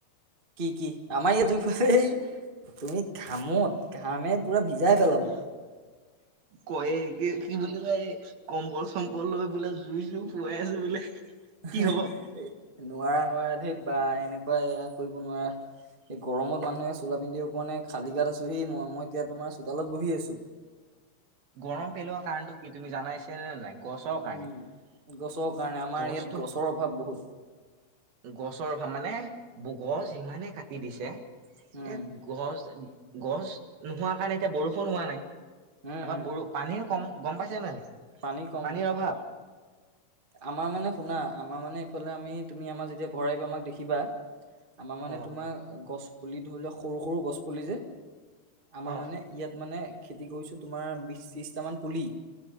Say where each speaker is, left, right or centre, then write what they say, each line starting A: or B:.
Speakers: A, on the right (about 35°); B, on the right (about 65°).
A: কি-কি আমাৰ ইয়াত জুই ফুৱালে এই তুমি ঘামত ঘামে পুৰা ভিজাই পেলাব
B: কয়ে কি -কি বুলি কয় এই কম্বল চম্বল লৈ বোলে জুই চুই ফোৱাই আছো বোলে।
A: <unintelligible>
B: কি হ'ব
A: নোৱাৰা-নোৱাৰা ধেত বা এনেকুৱাই এয়া কৰিব নোৱাৰা। এই গৰমত মানুহে চোলা পিন্ধিব পৰা নাই খালী গাত আছো সি মই- মই এতিয়া তোমাৰ চোতালত বহি আছো। <inaudible>
B: গৰম পেলোৱা কাৰণটো কি তুমি জানাইছা নে নাই গছৰ
A: উম
B: কাৰণে।
A: গছৰ কাৰণে আমাৰ
B: গছটো
A: ইয়াত গছৰ অভাৱ বহুত
B: গছৰ মানে বু <unintelligible> গছ ইমানে কাটি দিছে এতিয়া
A: উম
B: গছ গছ নোহোৱা কাৰণে এতিয়া বৰষুণ হোৱা নাই ত
A: উম উম।
B: ব পানী কম গম পাইছে নাই।
A: পানী কম।
B: পানীৰ অভাৱ
A: আমাৰ মানে শুনা আমাৰ মানে এইফালে আমি তুমি আমাৰ যেতিয়া ঘৰ আহিব আমাক দেখিবা- আমাৰ মানে
B: অ
A: তোমাৰ গছ পুলি ধৰি লোৱা সৰু সৰু গছ পুলি যে আমাৰ
B: অ
A: মানে ইয়াত মানে খেতি কৰিছোঁ তোমাৰ বিশ ত্ৰিশটামান পুলি